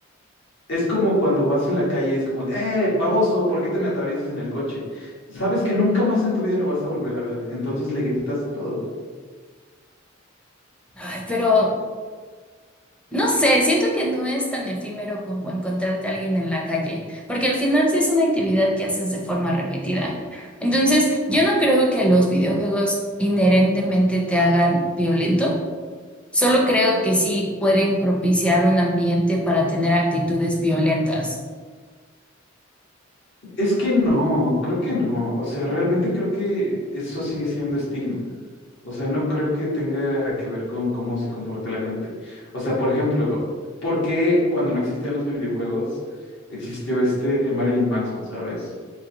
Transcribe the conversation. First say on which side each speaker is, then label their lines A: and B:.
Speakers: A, on the left; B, in the centre.
A: Es como cuando vas en la calle y es como, eh, baboso, ¿por qué te me atraviesas en el coche? Sabes que nunca más en tu vida lo vas a volver a ver, entonces le gritas de todo.
B: Ay, pero No sé, siento que no es tan efímero como encontrarte a alguien en la calle, porque al final sí es una actividad que haces de forma repetida. Entonces, yo no creo que los videojuegos inherentemente te hagan violento, solo creo que sí pueden propiciar un ambiente para tener actitudes violentas.
A: Es que no, creo que no, o sea, realmente creo que eso sigue siendo estigma. O sea, no creo que tenga que ver con cómo se comporta la gente. O sea, por ejemplo, ¿por qué cuando no existían los videojuegos existió este Marilyn Manson, ¿sabes?